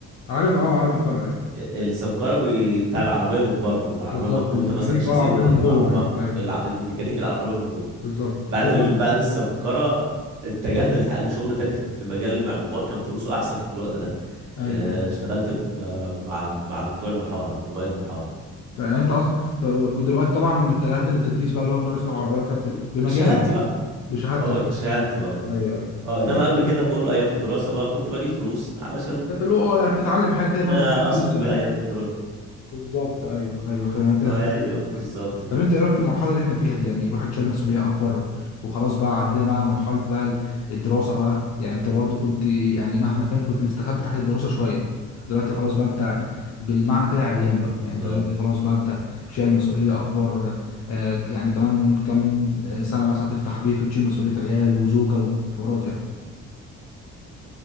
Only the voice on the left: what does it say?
عارف اه عارف الفرق ايوه
بالظبط
الميكانيكا
اه العربيه
من
جوه
ايوه ايوه
بالظبط
انت دلوقتي
ايوه
طيب يعني انت اصلا ب- ودلوقتي طبعا اتجهت للتدريس بقى اللي هو مدرس لغه عربيه وكان ب-
بمجالك
بقى
بشهادتك
ايوه ايوه
يعني كويس
برضه
فانت اللي هو اه يعني بتتعلم حاجه كده
برضه بتجيب فلوس
يعني
بالظبط ايوه ايوه فاهم كده
فاهم قصدك،
ايوه
طب انت ايه رايك في المرحله اللي احنا فيها دي يعني واحد شال مسؤوليه اكبر وخلاص بقى عدينا بقى مرحله بقى الدراسه بقى يعني انت برضو كنت يعني مهما كان كنت مستخبي تحت الدراسه شويه دلوقتي خلاص بقى انت بالمعنى كده عريان بقى
يعني انت دلوقتي خلاص بقى انت شايل مسؤوليه اكبر آه، يعني كمان كام سنه مثلا تفتح بيت وتشيل مسؤوليه عيال وزوجه وحوارات يعني